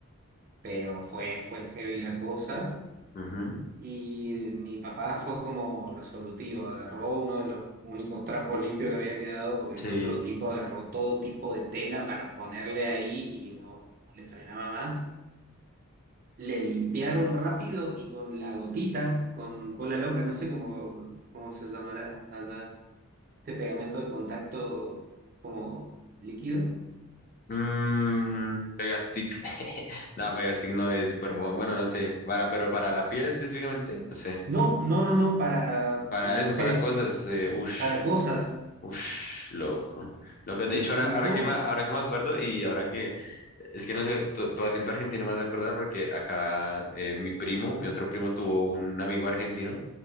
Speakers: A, on the right; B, on the left.
A: pero fue, fue heavy la cosa.
B: ujú,
A: Y mi papá fue como resolutivo, agarró uno de los únicos trapos limpios que había quedado, porque
B: Sí.
A: el otro tipo agarró todo tipo de tela para ponerle ahí y no, no le frenaba más. Le limpiaron rápido y con la gotita, con cola loca, no sé cómo, cómo se llamará allá, este pegamento de contacto como líquido.
B: Mm, Pegastick. <laughs> No, Pegastick no es súper bueno. Bueno, no sé. Para, pero para la piel específicamente, no sé.
A: No, no, no, no, para,
B: Para
A: no
B: eso,
A: sé,
B: para cosas,
A: eh,
B: eh, ush.
A: para cosas.
B: Uf, loco. Loco, de
A: Le
B: hecho,
A: junto.
B: ahora, ahora que me, ahora que me acuerdo y ahora que, es que no sé, tu, tu acento argentino me vas a acordar porque acá eh, mi primo, mi otro primo tuvo un amigo argentino